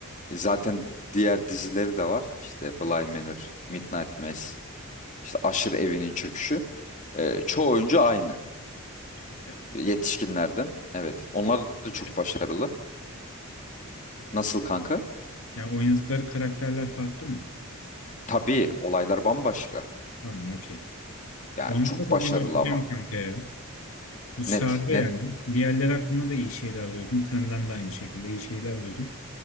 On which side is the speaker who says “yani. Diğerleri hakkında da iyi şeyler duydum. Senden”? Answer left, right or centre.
Left